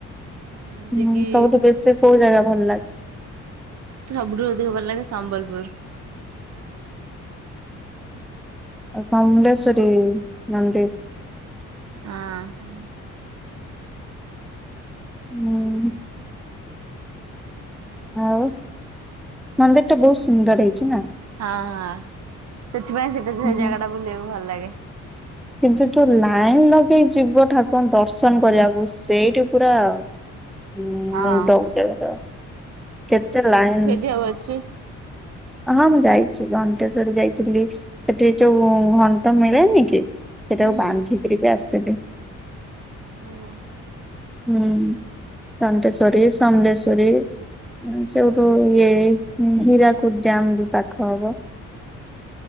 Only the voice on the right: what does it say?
ଯେମିତି
କିି
ମୋତେ ସବୁଠୁଁ ଅଧିକ ଭଲ ଲାଗେ ସମ୍ବଲପୁର।
ହଁ।
ହଁ ହଁ ସେଥିପାଇଁ ସେଟା ସେ
ଜାଗା ଟା କୁ ବୁଲିବାକୁ ଭଲ ଲାଗେ।
ହଁ
ସିଏ ଆଉଁ ଅଛି?
ହୁଁ
ଓହୋ।